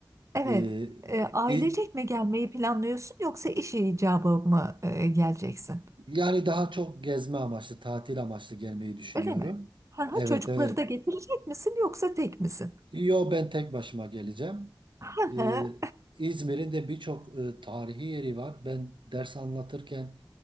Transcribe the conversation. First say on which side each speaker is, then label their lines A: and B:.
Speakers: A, on the right; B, on the right.
A: Evet.
B: Ee,
A: Ee, ailecek
B: İz-
A: mi gelmeyi planlıyorsun yoksa iş icabı mı e, geleceksin?
B: yani daha çok gezme amaçlı, tatil amaçlı gelmeyi düşünüyorum.
A: Öyle mi? Ha,
B: Evet,
A: çocukları
B: evet.
A: da getirecek misin yoksa tek misin?
B: Yo ben tek başıma geleceğim.
A: Hı
B: Ee,
A: hı.
B: İzmir'in de birçok e, tarihi yeri var. Ben ders anlatırken